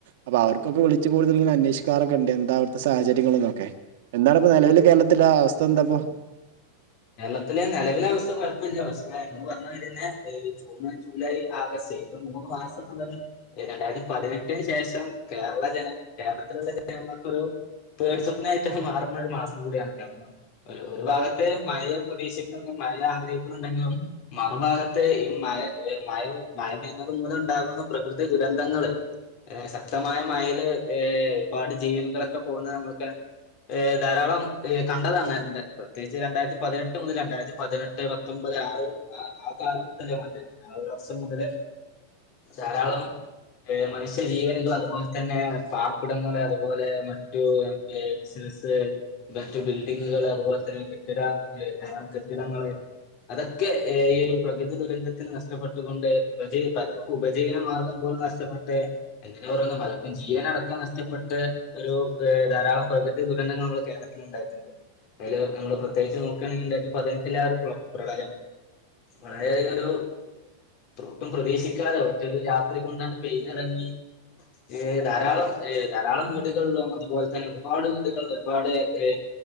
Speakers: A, on the right; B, on the left.
A: അപ്പൊ അവർകൊക്കെ വിളിച്ച് കൂടുതല് ഇങ്ങന അന്വേഷിക്കാറൊക്കെണ്ട് എന്ത അവ്ട്ത്തെ സാഹചര്യങ്ങള്ന്നൊക്കെ എന്താണിപ്പ നിലവില് കേരളത്തിലെ അവസ്ഥ എന്തപ്പൊ
B: കേരളത്തിലെ നെലവില അവസ്ഥ കൊഴപ്പല്ല പക്ഷെ ങ്ങള് പറഞ്ഞമാരിയന്നെ ഈ ജൂൺ ജൂലൈ ആഗസ്റ്റ് ഇത് മൂന്ന് മാസംന്ന്ള്ളത് പിന്നെ രണ്ടായിരത്തി പതിനെട്ടിന് ശേഷം കേരള ജന കേരളത്തിലുള്ള ജനങ്ങൾക്കൊരു പേടി സ്വപ്നായിട്ടൊക്കെ മാറുന്ന ഒരു മാസം കൂടിയാണ് കാരണം ഒരു ഒരു ഭാഗത്ത് മയ പ്രതീക്ഷിക്ക്ന്ന് മയ ആഗ്രഹിക്കുന്നുണ്ടെങ്കിലും മറുഭാഗത്തെ ഈ മയ മയ മയ പെയ്ന്നത് മൂലം ഉണ്ടാകുന്ന പ്രകൃതി ദുരന്തങ്ങള് ഏഹ് ശക്തമായ മയേല് ഒരുപാട് ജീവനുകളൊക്കെ പോകുന്ന നമുക്ക് ഏഹ് ധാരാളം ഇഹ് കണ്ടതാന്ന് ന്റെ പ്രത്യേകിച്ച് രണ്ടായിര് പതിനെട്ട് മുതൽ രണ്ടായിരത്തി പതിനെട്ട് പത്തൊമ്പത് ആ ഒരു ആ ആ കാലം മുതല് മാണ്ടാത് ആ ഒരു വർഷം മുതല് ധാരാളം മനുഷ്യജീവന്കള് അതുപോൽതന്നെ പാർപ്പിടങ്ങള് അതുപോലെ മറ്റു ബിസിൽസ് മറ്റ് ബിൽഡിങ്ങുകള് അതുപോൽതന്നെ കെട്ടിട ധാരകെട്ടിടങ്ങള് അതൊക്കെ ഈഹ് ഒരു പ്രകൃതി ദുരന്തത്തിന് നഷ്ടപ്പെട്ടുകൊണ്ട് പ്രജയ് ഉപജീവന മാർഗ്ഗം പോലും നഷ്ടപ്പെട്ട് എന്തിന് പറയ്ന്ന് പലർക്കും ജീവനടക്കം നഷ്ടപ്പെട്ട് ഒരു ഇഹ് ധാരാളം പ്രകൃതി ദുരന്തങ്ങള് നമള് കേരളത്തില് ഉണ്ടായിട്ടുണ്ട് അയില് നമ്മള് പ്രത്യേകിച്ച് നോക്ക് ക്കണ്ടത് പതിനെട്ടില ആ ഒരു പ്ര പ്രളയം വളരെയധികം ഒരു ഒട്ടും പ്രതീശിക്കാതെ ഒറ്റൊരു രാത്രി കൊണ്ടാണ് പെയ്തിറങ്ങി ഇഹ് ധാരാളം ഇഹ് ധാരാളം വീടുകളിലും അതുപോലെ തന്നെ ഒരുപാട് വീടുകളില ഒരുപാട് ഏ